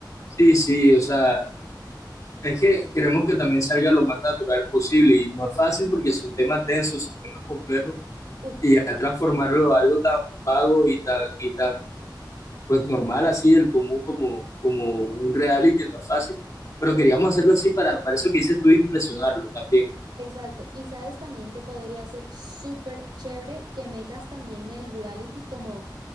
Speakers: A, on the left; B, on the right.
A: Sí, sí, o sea, es que queremos que también salga lo más natural posible y no es fácil porque son temas densos, son temas complejos
B: Uf,
A: y ya transformarlo a algo tan vago y tan, y tan pues normal, así del común, como, como un reality, no es fácil. Pero
B: ex-
A: queríamos hacerlo así para, para eso que dices tú, de impresionarlo también.
B: exacto. Y sabes también que podría ser súper chévere que metas también el reality como